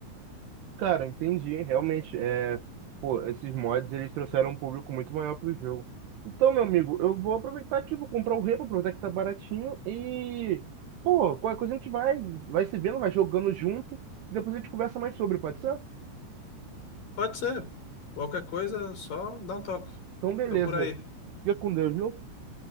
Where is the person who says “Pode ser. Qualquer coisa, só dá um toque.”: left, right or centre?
Left